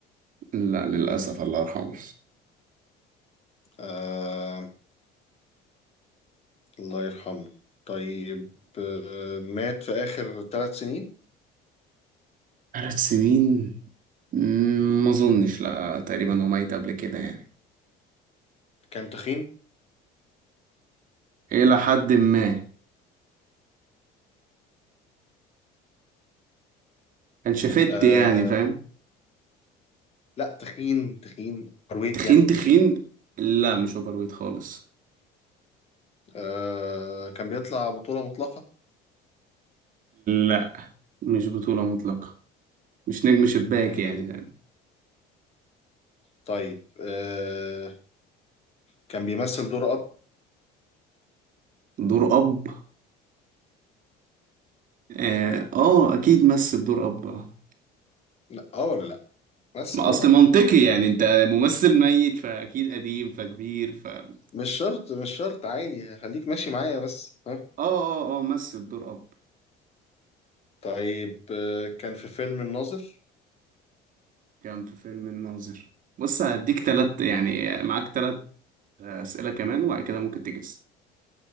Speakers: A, on the right (about 50°); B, on the left (about 35°).
A: لا للأسف الله يرحمه
B: آه، الله يرحمه طيب آه، مات في آخر ثلاث سنين
A: ثلاث سنين مم، ما اظنش لا تقريبا هو ميت قبل كده يعني
B: كان تخين
A: الى حد ما كان شفت
B: آه،
A: يعني فاهم
B: لا تخين تخين أرويت
A: تخين
B: يعني
A: تخين لا مش اوبر ويت خالص
B: آه، كان بيطلع بطولة مطلقة
A: لا مش بطولة مطلقة مش نجم شباك
B: طيب
A: يعني يعني
B: طيب آه كان بيمثل دور اب
A: دور أب آه, آه أكيد مثل دور أب آه.
B: لا اه ولا لا مثل
A: ما
B: دور
A: أصل
B: اب
A: منطقي يعني أنت ممثل ميت فأكيد قديم فكبير ف آه
B: مش شرط مش شرط عادي خليك ماشي معايا بس ها
A: آه آه مثل دور أب
B: طيب آه كان في فيلم الناظر
A: كان في فيلم الناظر بص هديك تلات يعني معاك تلات آه، أسئلة كمان وبعد كده ممكن تجس